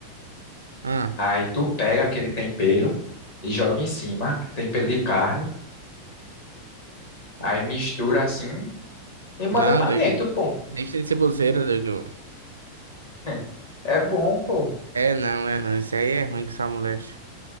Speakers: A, on the right; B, on the left.
A: Ah,
B: Aí tu pega aquele tempero e joga em cima, tempero de carne, aí mistura assim e manda
A: não,
B: pra
A: doido.
B: dentro, pô.
A: Deixa de ser bozeira, doido.
B: <laughs> É bom, pô.
A: É não, é não. Isso aí é ruim que essa mulher.